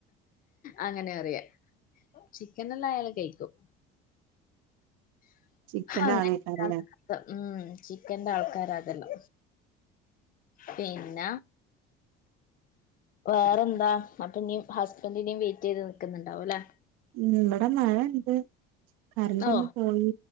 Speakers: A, on the left (about 40°); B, on the right (about 85°).
A: അങ്ങനെ പറയ ചിക്കനെല്ലായാലും കയ്ക്കും <unintelligible>
B: ചിക്കന്റെ ആളേക്കാരല്ലേ
A: ഉം ചിക്കന്റ ആൾ തരാതല്ലോ പിന്ന വേറെന്താ അപ്പ നീ ഹസ്ബന്റിനെയുനും വെയിറ്റ് ചെയ്ത് നിക്കുന്നുണ്ടാവും അല്ലെ
B: ഉം ഇവട മഴണ്ട് കരണ്ടൊന്ന്
A: ഓ
B: പോയി